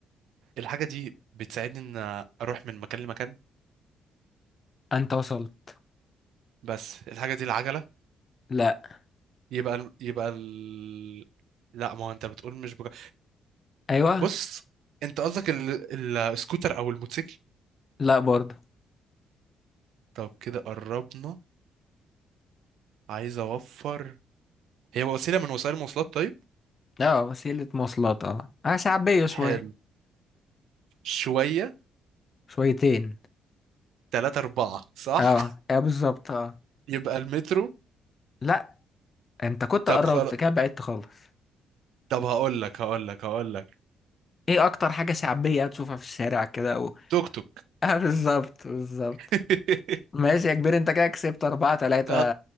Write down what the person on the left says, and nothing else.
انت وصلت
لا
ايوه
لا برضه
اه وسيله مواصلات اه آه، شعبيه شويه
شويتين
اه اه بالظبط اه
لا انت كنت
قربت
كده بعدت خالص
ايه اكتر حاجة شعبية هتشوفها في الشارع كده و...
<laughs>
اه بالظبط بالظبط
ماشي يا كبير انت كده كسبت اربعة تلاتة